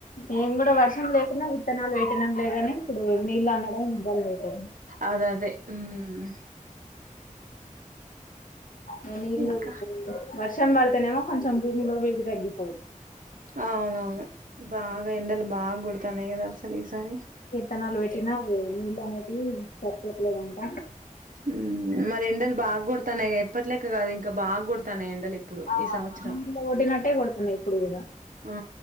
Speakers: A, on the left (about 80°); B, on the right (about 75°).
A: నేను కూడా వర్షం లేకున్నా విత్తనాలు పెట్టినంలేగాని ఇప్పుడు నీళ్ళు అందడం ఇబ్బంది అయితాంది
B: అద అదే మ్
A: మన ఇల్లు
B: ఇంకా
A: ఇప్పుడు వర్షం పడతనేమో కొంచం భూమిలో తగ్గిపోయి
B: అవునవును బాగా ఎండలు బాగా కొడతనాయి కదా అసల్ సలే ఈసారి
A: విత్తనాలు పెట్టినావు నీళ్ళలనేటివి ప్యాకెట్లో దంట
B: మ్ మరి ఎండలు బాగా కొడతాన్నాయి ఎప్పట్లేక్క కాదు ఇంకా బాగా కొడతానాయ్ ఎండలు ఇప్పుడు
A: <unintelligible>
B: ఈ సంవత్సరం
A: లో కొట్టినట్టే కొడుతున్నాయి ఇప్పుడు కూడా
B: ఆ